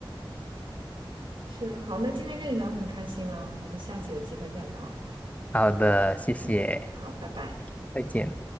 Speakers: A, on the right (about 75°); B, on the left (about 15°).
A: 是，啊，好，那今天跟你聊得很开心啊，我们下次有机会再聊啊。
B: 好的，谢谢，
A: 嗯，好，拜拜。
B: 再见。